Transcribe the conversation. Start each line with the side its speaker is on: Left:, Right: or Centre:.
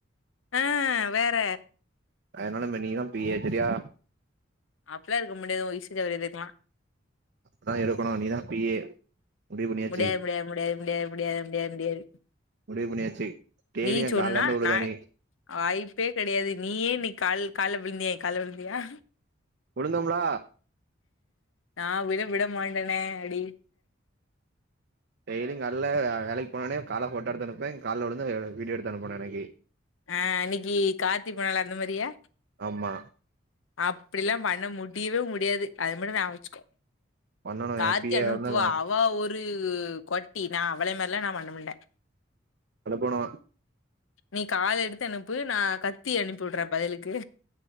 Left: அ வேற
Right: அதனால இனிமே நீதா பி எ செரியா
Left: அப்பல்லா இருக்க முடியாது உ <unintelligible> இதுக்குலா
Right: கா இருக்கணு நீதா பி எ முடிவு பண்ணியாச்சி
Left: முடியாது முடியாது முடியாது முடியாது முடியாது முடியாது
Right: முடிவு பண்ணியாச்சு டெய்லி
Left: நீ
Right: எ
Left: சொன்னா
Right: கால்ல வந்து உளுகர
Left: நா
Right: நீ
Left: வாய்ப்பே கெடையாது நீயே இன்னிக் கால் கால்ல விழுந்தியா ஏ கால்ல விழுந்தியா
Right: விழுந்தோம்லா
Left: நா விட விட மாட்டனே அடி
Right: டெய்லி கால்ல வே வேலைக்கு போனோனே கால போட்டோ எடுத்து அனுப்புவே கால்ல உழுந்து வீடியோ எடுத்து அனுப்பனு எனக்கு
Left: ஆ இன்னிக்கி கார்த்தி போனாலே அந்த மாரியா
Right: ஆமா
Left: அப்டில்லா பண்ண முடியவே முடியாது அது மட்டும் ஞாயாபகோ வச்சுக்கோ
Right: பண்ணணு
Left: கார்த்தி
Right: எ பி
Left: அனுப்புவா
Right: ஏ இருந்து
Left: அவா ஒரு கொட்டி நா அவலை மார்லா நா பண்ணமாட்ட
Right: அல கோனோ
Left: நீ கால் எடுத்து அனுப்பு நா கத்தி அனுப்பியுடற பதிலுக்கு